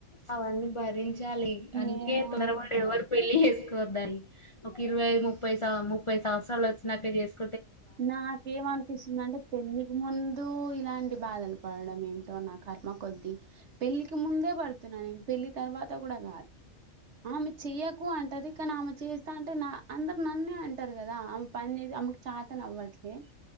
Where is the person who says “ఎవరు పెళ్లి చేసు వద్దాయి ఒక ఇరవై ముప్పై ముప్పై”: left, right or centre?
Left